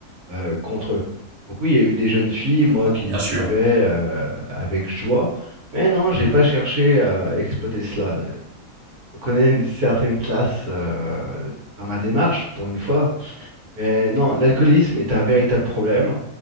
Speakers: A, on the right (about 65°); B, on the right (about 50°).
A: euh, contre eux. Donc oui, il y a eu des jeunes filles, moi,
B: Ah,
A: qui
B: bien
A: buvaient
B: sûr.
A: euh, avec joie, mais non,
B: Mhm,
A: j'ai pas cherché à exploiter cela. On connaît une certaine classe euh, dans ma démarche, pour une fois. Mais non, l'alcoolisme est un véritable problème.